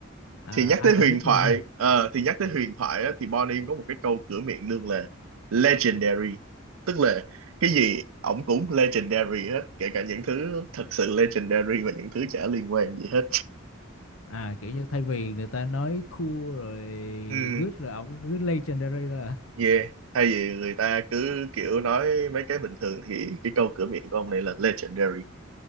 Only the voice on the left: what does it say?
à
iconic
luôn ha
à kiểu như thay vì người ta nói cool rồi
good rồi ổng cứ legendary là